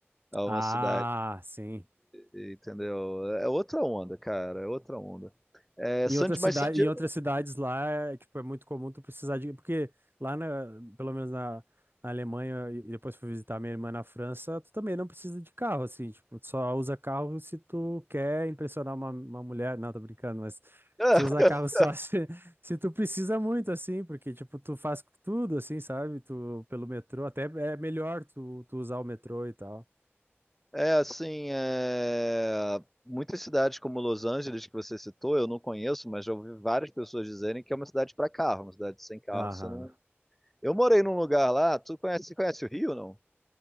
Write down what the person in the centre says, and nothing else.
é uma
cidade,
entendeu? É outra onda, cara, é outra onda. É
San,
mas San Diego
<laughs>
é, assim, é, muitas cidades como Los Angeles que você citou, eu não conheço, mas já ouvi várias pessoas dizerem que é uma cidade para carro, uma cidade sem carro,
você não Eu morei num lugar lá, tu conhece, conhece o Rio, não?